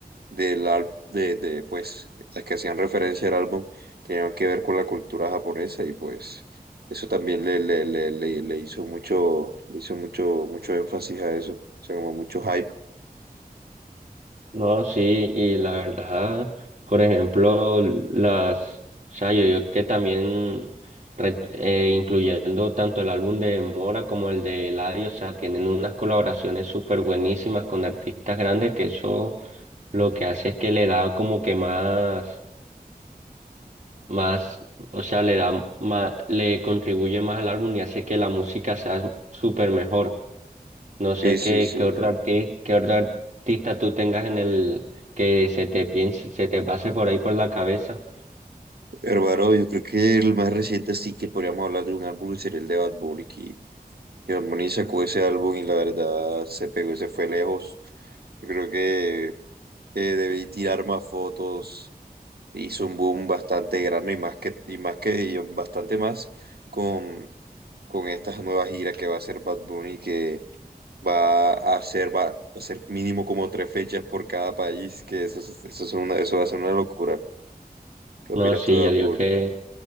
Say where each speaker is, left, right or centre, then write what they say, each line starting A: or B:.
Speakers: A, on the right; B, on the right.
A: del al- de, de, pues, las que hacían referencia al álbum tenían que ver con la cultura japonesa y pues eso también le, le, le, le, le hizo mucho, le hizo mucho, mucho énfasis a eso, o sea, como mucho hype.
B: No, sí, y la verdad, por ejemplo, las, o sea, yo digo que también, re- eh, incluyendo tanto el álbum de Mora como el de Eladio, o sea, tienen unas colaboraciones súper buenísimas con artistas grandes que eso lo que hace es que le da como que más, más, o sea, le da más, le contribuye más al álbum y hace que la música sea súper mejor. No sé
A: Sí, sí,
B: qué,
A: sí,
B: qué otro
A: sí.
B: artista, qué otro artista tú tengas en el que se te piense, se te pase por ahí por la cabeza.
A: Hermano, yo creo que el más reciente sí que podríamos hablar de un álbum sería el de Bad Bunny, que, que Bad Bunny sacó ese álbum y la verdad se pegó, y se fue lejos. Yo creo que eh, debí tirar más fotos, hizo un boom bastante grande y más que, y más que, y bastante más con con estas nuevas giras que va a hacer Bad Bunny, que va a hacer, va a hacer mínimo como tres fechas por cada país, que eso, es- eso, es una, eso va a ser una locura. ¿Qué
B: No,
A: opinas
B: sí,
A: tú de
B: yo
A: Bad
B: digo
A: Bunny?
B: que